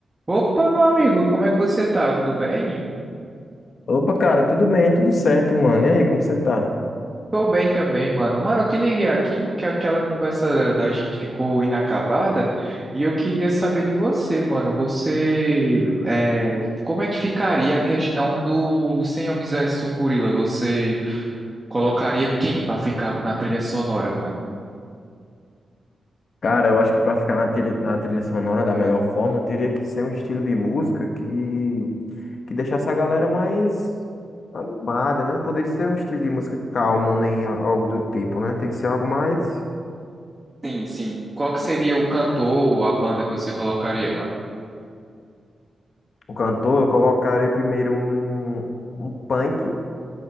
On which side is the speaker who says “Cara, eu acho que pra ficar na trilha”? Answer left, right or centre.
Left